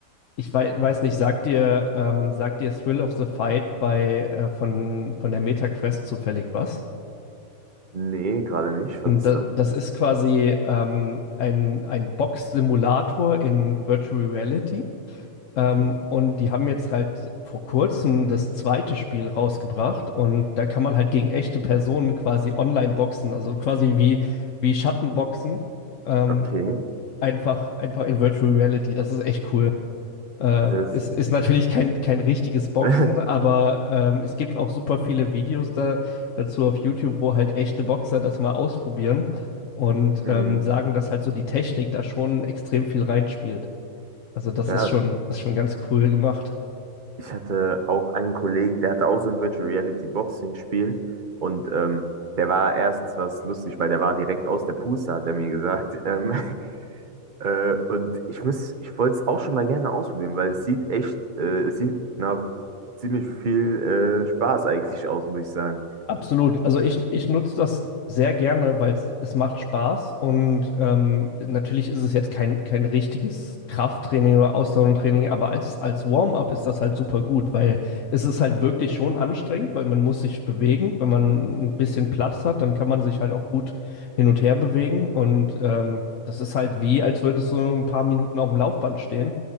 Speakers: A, on the left; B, on the right.
A: ich wei weiß nicht, sagt dir, ähm, sagt dir Thrill of the Fight bei, äh, von, von der Meta Quest zufällig was?
B: Nee, gerade nicht.
A: Und
B: Was ist
A: da,
B: das?
A: das ist quasi ähm, ein, ein Box-Simulator in Virtual Reality. Ähm,
B: Okay.
A: und die haben jetzt halt vor kurzem das zweite Spiel rausgebracht und da kann man halt gegen echte Personen quasi online boxen, also quasi wie, wie Schattenboxen. Ähm,
B: Okay.
A: einfach, einfach in Virtual Reality. Das ist echt cool. Ähm,
B: Das.
A: es ist natürlich kein, kein richtiges Boxen,
B: <laughs>
A: aber ähm, es gibt auch super viele Videos da, dazu auf YouTube, wo halt echte Boxer das mal ausprobieren und
B: Mhm.
A: ähm, sagen, dass halt so die Technik da schon extrem viel reinspielt. Also das
B: Ja,
A: ist schon, ist schon ganz cool gemacht.
B: ich hatte auch einen Kollegen, der hatte auch so ein Virtual Reality Boxing Spiel und ähm, der war erstens was lustig, weil der war direkt aus der Puste, hat er mir gesagt. Ähm, <laughs> äh, und ich muss, ich wollte es auch schon mal gerne ausprobieren, weil es sieht echt, äh, es sieht nach ziemlich viel äh, Spaß eigentlich aus, muss ich sagen.
A: Absolut. Also ich, ich nutze das sehr gerne, weil es es macht Spaß und ähm, natürlich ist es jetzt kein, kein richtiges Krafttraining oder Ausdauertraining, aber als, als Warm-up ist das halt super gut, weil es ist halt wirklich schon anstrengend, weil man muss sich bewegen. Wenn man ein bisschen Platz hat, dann kann man sich halt auch gut hin und her bewegen und ähm, das ist halt wie, als würdest du ein paar Minuten auf dem Laufband stehen.